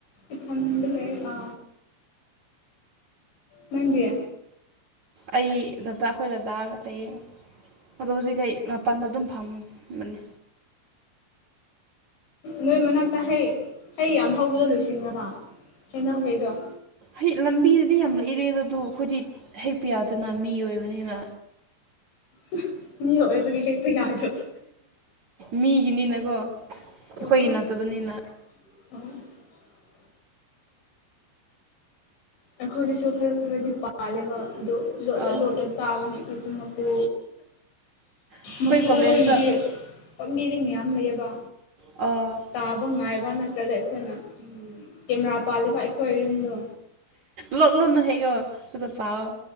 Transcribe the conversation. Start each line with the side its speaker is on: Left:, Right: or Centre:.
Left: ꯏꯊꯟꯗ ꯂꯩꯌꯦ ꯑ ꯅꯪꯗꯤ
Right: ꯑꯩ ꯗꯥꯗꯥ ꯑꯩꯈꯣꯏ ꯗꯥꯗꯥꯒ ꯂꯩꯩꯌꯦ ꯑꯗꯣ ꯍꯧꯖꯤꯛꯗꯤ ꯑꯩ ꯃꯄꯥꯟꯗ ꯑꯗꯨꯝ ꯐꯝꯕꯅꯤ
Left: ꯅꯣꯏ ꯃꯅꯥꯛꯇ ꯍꯩ ꯍꯩ ꯌꯥꯝ ꯍꯧꯕꯗꯣ ꯂꯣꯏꯁꯤꯟꯒꯔꯕ ꯍꯩꯅꯧꯈꯩꯗꯣ
Right: ꯍꯩ ꯂꯝꯕꯤꯗꯗꯤ ꯌꯥꯝ ꯂꯩꯔꯦꯗ ꯑꯗꯨ ꯑꯩꯈꯣꯏꯗꯤ ꯍꯦꯛꯄ ꯌꯥꯗꯅ ꯃꯤ ꯑꯣꯏꯕꯅꯤꯅ
Left: ꯍꯨꯝ ꯃꯤ ꯑꯣꯏꯕꯒꯤ ꯍꯦꯛꯄ ꯌꯥꯗ꯭ꯔꯕ
Right: ꯃꯤꯒꯤꯅꯤꯅꯀꯣ ꯑꯩꯈꯣꯏꯒꯤ
Left: ꯑꯣ
Right: ꯅꯠꯇꯕꯅꯤꯅ
Left: <unintelligible> ꯑꯩꯈꯣꯏꯗꯁꯨ ꯈꯔ ꯈꯔꯗꯤ ꯄꯥꯜꯂꯦꯕ ꯑꯗꯣ ꯂꯣꯠꯂ
Right: ꯑꯥ
Left: ꯂꯣꯠꯂ ꯆꯥꯕꯅꯤ ꯑꯩꯈꯣꯏꯁꯨ ꯃꯄꯨ
Right: ꯑꯩꯈꯣꯏ
Left: ꯃꯄꯨ
Right: ꯀꯣꯂꯦꯖꯇ
Left: ꯍꯣꯏꯒꯤꯗꯤ ꯄꯥꯝꯕꯤꯗꯤ ꯃꯌꯥꯝ ꯂꯩꯌꯦꯕ
Right: ꯑꯣ
Left: ꯇꯥꯕ ꯉꯥꯏꯕ ꯅꯠꯇ꯭ꯔꯒ ꯑꯩꯈꯣꯏꯅ ꯎꯝ ꯀꯦꯃꯦꯔꯥ ꯄꯥꯜꯂꯤꯕ ꯑꯩꯈꯣꯏ ꯌꯨꯝꯗꯣ
Right: ꯂꯣꯠꯂꯨꯅꯨ ꯍꯦꯛꯌꯣ ꯑꯗꯨꯒ ꯆꯥꯑꯣ